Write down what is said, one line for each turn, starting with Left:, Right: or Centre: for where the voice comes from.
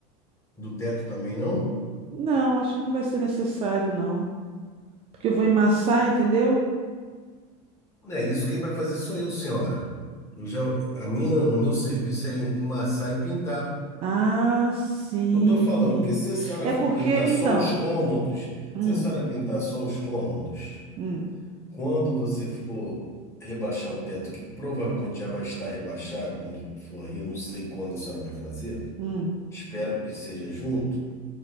Left: do teto também, não?
Right: Não, acho que não vai ser necessário, não. Porque eu vou emassar, entendeu?
Left: É isso quem vai fazer sou eu, senhora. Eu já, a minha, o meu serviço é emassar e pintar.
Right: Ah, sim.
Left: Eu tô falando que se a senhora
Right: É
Left: for
Right: porque,
Left: pintar
Right: então.
Left: só os cômodos,
Right: Hum,
Left: se a senhora pintar só os cômodos,
Right: hum,
Left: quando você for rebaixar o teto, que provavelmente já vai estar rebaixado quando for aí, eu não sei quando a senhora vai fazer,
Right: hum,
Left: espero que seja junto.